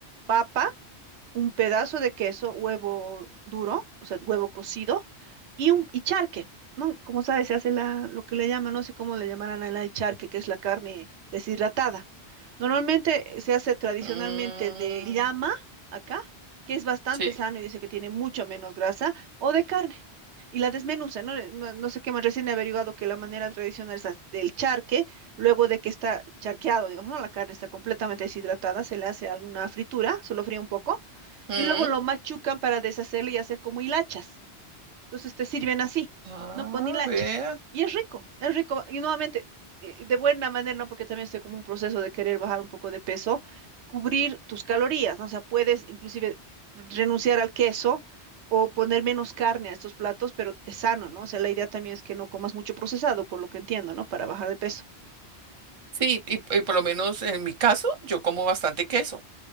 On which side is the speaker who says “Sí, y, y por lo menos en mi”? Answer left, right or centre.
Right